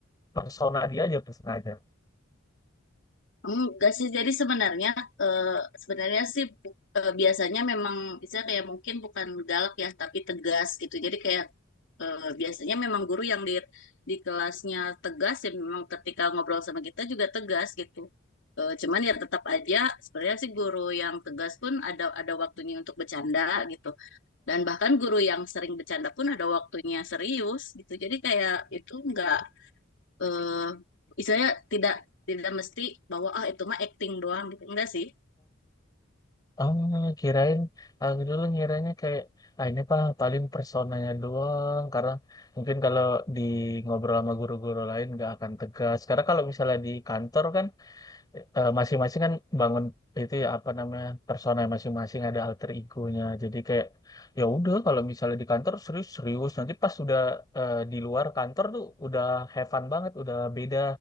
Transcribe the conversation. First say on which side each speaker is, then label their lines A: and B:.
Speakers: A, on the left; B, on the left.
A: persona dia aja sengaja.
B: Enggak sih, jadi sebenarnya eh, sebenarnya sih bu- eh, biasanya memang bisa kayak mungkin bukan galak ya, tapi tegas gitu. Jadi kayak eh, biasanya memang guru yang di di kelasnya tegas ya memang ketika ngobrol sama kita juga tegas gitu. Eh, cuman ya tetap aja sebenarnya sih guru yang tegas pun ada ada waktunya untuk bercanda gitu. Dan bahkan guru yang sering bercanda pun ada waktunya serius gitu. Jadi kayak itu enggak eh istilahnya tidak tidak mesti bahwa ah itu mah acting doang gitu. Enggak sih.
A: Oh, kirain aku dulu ngiranya kayak ah ini pak paling personanya doang karena mungkin kalau di ngobrol sama guru-guru lain nggak akan tegas karena kalau misalnya di kantor kan eh, masing-masing kan bangun itu ya apa namanya persona masing-masing ada alter egonya jadi kayak ya udah kalau misalnya di kantor serius serius nanti pas udah eh, di luar kantor tuh udah have fun banget udah beda